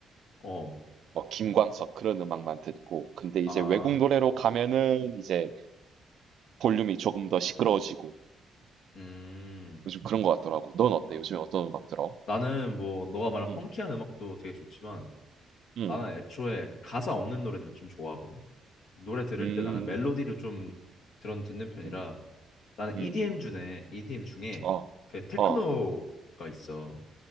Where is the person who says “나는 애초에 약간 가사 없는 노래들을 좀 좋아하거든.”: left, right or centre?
Left